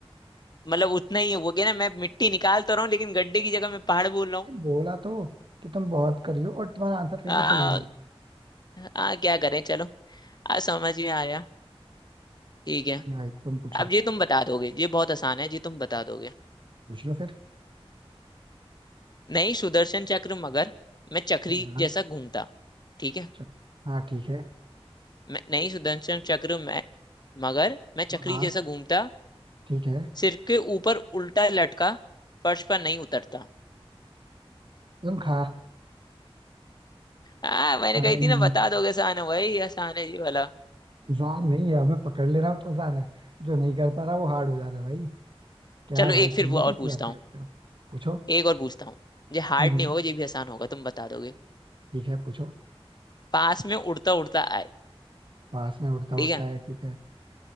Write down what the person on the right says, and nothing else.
नहीं, बोला तो कि तुम बहुत करियो और तुम्हारा आंसर फिर
भी सही नहीं है
कोई नहीं भाई तुम पूछो
पूछ लो फिर
हाँ
चल हाँ ठीक है
हाँ
ठीक है
तुम खा
अरे,
आसान नहीं है अब मैं पकड़ ले रहा हूँ तो आसान है जो नहीं कर पा रहा वो हार्ड हो जा रहा है भाई क्या
भाई
तुम भी
कैसी
बातें
करते हो पूछो
हम्म
ठीक है पूछो
पास में उड़ता
उड़ता
है ठीक है